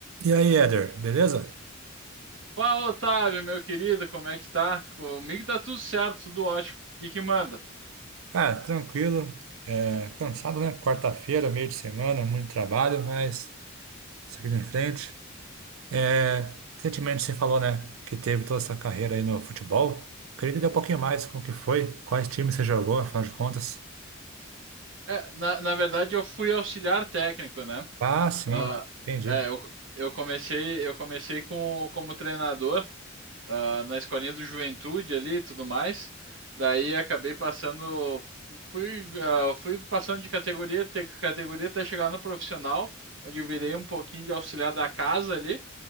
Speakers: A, on the right; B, on the right.
A: E aí, Éder, beleza?
B: Fala, Otávio, meu querido, como é que tá? Comigo tá tudo certo, tudo ótimo. O que que manda?
A: Cara, tranquilo, é, cansado, né? Quarta-feira, meio de semana, muito trabalho, mas seguindo em frente. É, recentemente você falou, né, que teve toda essa carreira aí no futebol. Queria entender um pouquinho mais com o que foi, quais times você jogou, afinal de contas.
B: É, na, na verdade, eu fui auxiliar técnico, né?
A: Ah, sim,
B: Ah, Ah,
A: entendi.
B: é, eu, eu comecei, eu comecei com, como treinador, ah, na escolinha do Juventude ali e tudo mais. Daí acabei passando, fui, ah, fui passando de categoria, te- categoria até chegar no profissional, onde eu virei um pouquinho de auxiliar da casa ali.